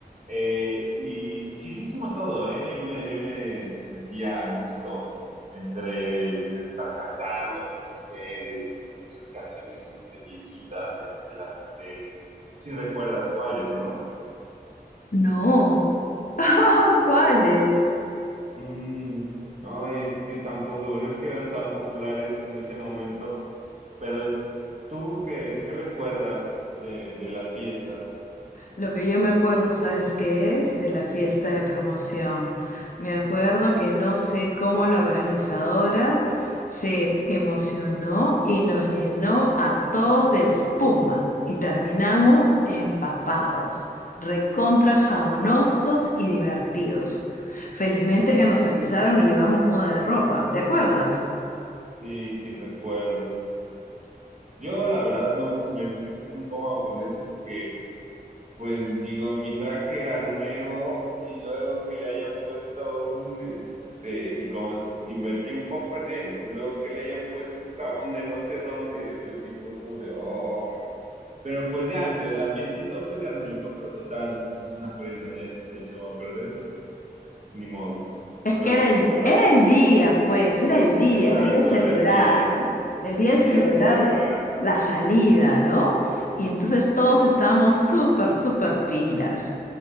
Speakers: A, on the right; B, on the left.
A: Eh, y chidísimo todo, ¿eh? Yo me, yo me sentía a gusto entre el estar cantando con ustedes, esas canciones este, viejitas de, de, la- de si recuerdas cuáles, ¿no?
B: No. <laughs> ¿Cuáles?
A: Mm, ay, es que yo tampoco, pero es que eran tan populares en ese momento. Pero tú, ¿qué, qué recuerdas de, de las fiestas?
B: Lo que yo me acuerdo, ¿sabes qué es? De la fiesta de promoción. Me acuerdo que no sé cómo la organizadora se emocionó y nos llenó a todos de espuma y terminamos empapados, recontra jabonosos y divertidos. Felizmente que nos avisaron y llevamos muda de ropa, ¿te acuerdas?
A: Sí, sí, recuerdo. Yo, la verdad, no me sentí un poco incómodo con eso porque, pues, digo, mi traje era nuevo y luego que le hayan puesto un, este, y como s- invertí un poco en él, pues luego que le hayan puesto un jabón de no sé dónde, pues sí fue como de, "Oh, Pero pues ya entre el ambiente y todo, pues ya no me importó, total, pues es una prenda, ya si se echaba a perder, pues ni modo.
B: Es que
A: Luego
B: era
A: se
B: el,
A: compra
B: era
A: otro.
B: el día, pues, era el día,
A: Exacto,
B: el día de celebrar,
A: era el día,
B: ¿no? El día
A: el
B: de
A: día
B: celebrar
A: a celebrar.
B: la salida, ¿no? Y entonces todos estábamos súper, súper pilas.